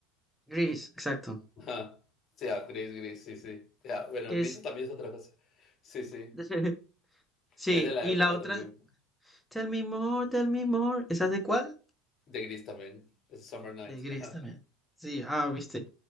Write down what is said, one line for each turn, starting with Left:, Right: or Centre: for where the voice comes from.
Centre: Gris, exacto.
Left: Ajá. Sí, ah, gris, gris, sí, sí. Ya, bueno,
Centre: Que
Left: gris
Centre: es...
Left: también es otra cosa. Sí, sí.
Centre: <laughs> Sí,
Left: Es de la
Centre: y
Left: época
Centre: la otra
Left: también.
Centre: es... Tell me more, tell me more. ¿Esa es de cuál?
Left: De gris también. Es Summer Nights.
Centre: De Gris
Left: Ajá.
Centre: también. Sí, ah, viste.